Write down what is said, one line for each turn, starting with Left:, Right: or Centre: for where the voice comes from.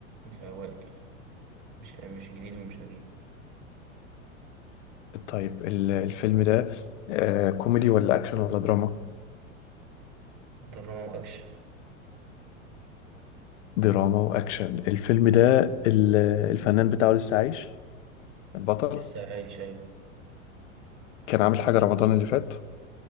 Right: في أوائل مش مش جديد ومش قديم
Left: طيب ال- الفيلم ده آه كوميدي ولا اكشن ولا دراما
Right: دراما وأكشن
Left: دراما واكشن الفيلم ده ال- الفنان بتاعه لسه عايش البطل
Right: لسه عايش أيوة
Left: كان عامل حاجه رمضان اللي فات